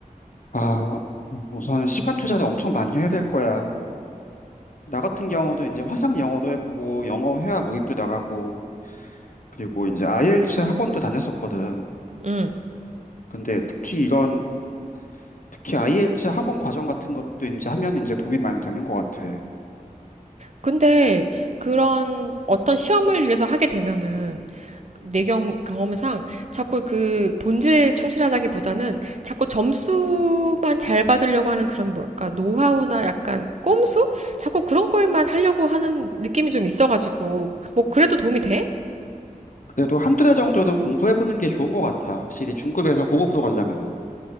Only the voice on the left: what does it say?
아, 우선 시간 투자를 엄청 많이 해야 될 거야. 나 같은 경우도 이제 화상 영어도 해보고 영어 회화 모임도 나가고 그리고 이제 IELTS 학원도 다녔었거든.
근데 특히 이런 특히 IELTS 학원 과정 같은 것도 이제 하면 이제 도움이 많이 되는 것 같아.
그래도 한 두 달 정도는 공부해보는 게 좋은 것 같아. 확실히 중급에서 고급으로 가려면은.